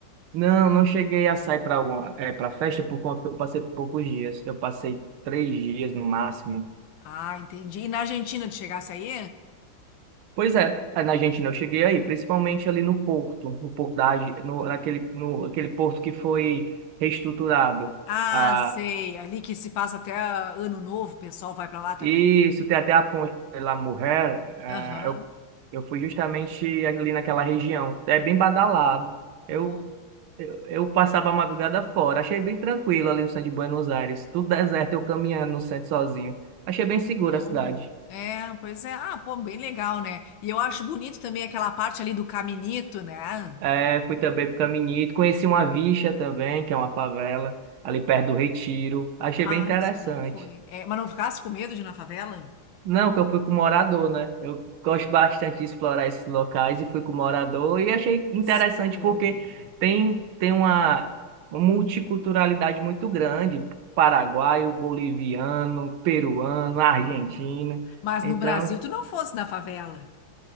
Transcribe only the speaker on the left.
Ah, entendi. E na Argentina tu chegasse aí?
Ah,
sei. Ali que se passa até ah, Ano Novo, o pessoal vai pra lá também.
Aham.
Boa.
Que bom.
É, pois é. Ah, pô, bem legal, né? E eu acho bonito também aquela parte ali do caminito, né?
Ah,
isso eu não fui. É, mas não ficasse com medo de ir na favela?
Sei.
Ah.
Mas
no Brasil tu não fosse na favela.